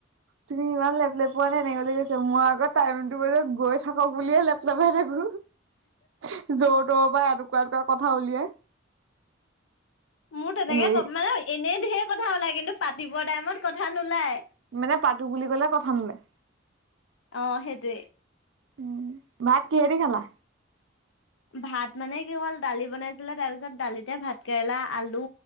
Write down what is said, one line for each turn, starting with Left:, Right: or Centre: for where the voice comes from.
Right: তুমি ইমান লেপ লেপোৱা নে এনেকে বুলি কৈছে। মই আকৌ টাইমটো ব গৈ থাকক বুলিয়ে লেপ লেপাই থাকো। জৰ তৰ পৰা এটুকুা এটুকুৰা কথা উলিয়াই
Left: মোৰ তেনেকে
Right: হেৰি
Left: ক'ম মানে এনেই ধহেৰ কথা ওলাই কিন্তু পাতিবৰ টাইমত কথা নোলায়।
Right: মানে পাতো বুলি কলে কথা নোলায়।
Left: অ সেইটোৱে
Right: উম ভাত কিহেদি খালা?
Left: ভাত মানে কি হ'ল দালি বনাইছিলে তাৰ পিছত দালিতে ভাত কেৰেলা আলু,